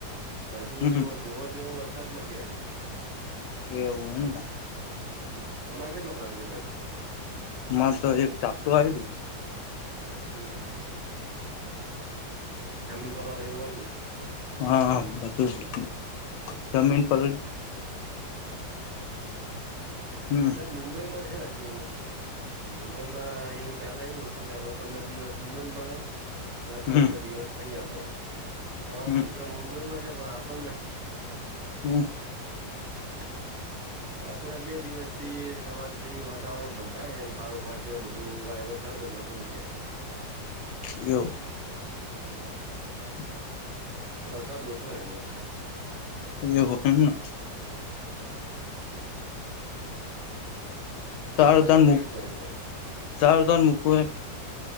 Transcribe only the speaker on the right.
તા હજુ
જેવો જોુઓ તોવો વરસાદ નથી આ્યા
હમ તમારે કેટલો ફડ છે બાજુ
હમ્મ જમીન પરવાર એવું આવ્યું હશે.
હમ
વરસાદ મુંબઈમાં છે, હજુ મુંબઈમાં એવું પેલા એવું હતું કે આપડે પંદર દિવસ મુંબઈમાં ભ અને પંદર
દિવસ અહં પડે પણ આ
વખતે તો મુંબઈમાં છે પણ આપડ નહી.
હમ્મ આપડ બે દિવસ થી સવાર થી વાતાવરણ બંધાય ભાવ હોોચ બધું વાયદ ચાલ ને એટલે ખોલી જાય.
હમ્મ
હસા દો છોલી વખતે
હમ્મ શું
વાવેતરમાં
શું કરો તમે